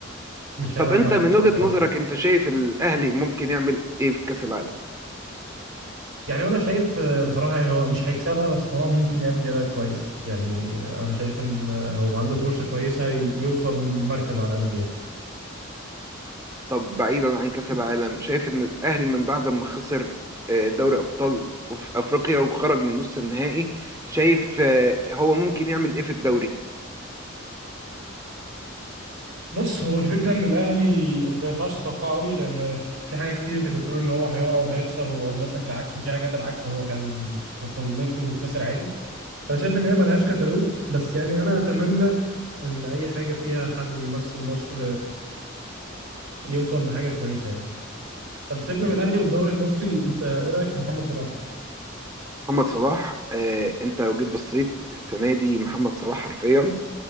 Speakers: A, on the right (about 80°); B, on the right (about 15°).
A: مش
B: طب
A: هيلعب
B: انت
A: معاك
B: من وجهة
A: آه.
B: نظرك انت شايف الاهلي ممكن يعمل ايه في كاس العالم
A: يعني انا شايف آه، بصراحه يعني هو مش هيكسبها بس هو ممكن يأدي اداء كويس يعني انا شايف ان آه، هو عنده فرصه كويسه ي- يوصل المركز على الاقل يعني
B: طب بعيدا عن كاس العالم شايف ان الاهلي من بعد ما خسر آه، دوري ابطال في افريقيا وخرج من نص النهائي شايف آه، هو ممكن يعمل ايه في الدوري
A: بص هو الفكره ان الاهلي انت ما ينفعش تتوقعه قوي لان في حاجات كتير انت كنت بتقول ان هو هيقع وهيخسر واثبت لك العكس وفي حاجات العكس هو كان في قمته وخسر عادي انا شايف ان هي ملهاش كتالوج بس يعني انا اتمنى ان اي حاجه فيها حد بيمثل مصر يوصل لحاجه كويسه يعني طب سيبنا من الاهلي والدوري المصري انت ايه رايك في محمد صلاح
B: محمد صلاح آه، انت لو جيت بصيت السنه دي محمد صلاح حرفيا